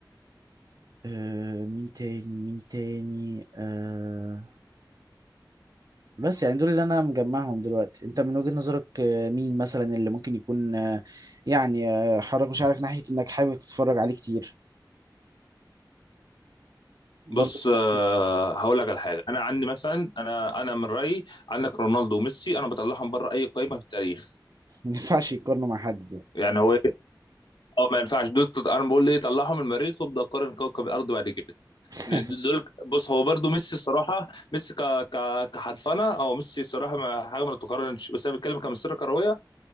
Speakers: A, on the right; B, on the left.
A: آه مين تاني مين تاني آه بس يعني دول اللي انا مجمعهم دلوقتي انت من وجهة نظرك آه، مين مثلا اللي ممكن يكون آه، يعني آه، حرك مشاعرك ناحية انك حابب تتفرج عليه كتير برضه
B: بص
A: في
B: آه
A: مصر
B: هقول لك على حاجه انا عندي مثلا انا انا من رايي عندك رونالدو وميسي انا بطلعهم بره اي قائمه في التاريخ
A: <laughs> ما ينفعش يقارنوا مع حد دول
B: يعني هو إيه؟ اه ما ينفعش دول تط- انا بقول ليه طلعهم من المريخ وابدا قارن كوكب الارض بعد كده
A: <laughs>
B: لأن دول بص هو برضو ميسي الصراحه ميسي ك ك كحرفنه او ميسي الصراحه ما حاجه ما تتقارنش بس انا بتكلم كمسيره كرويه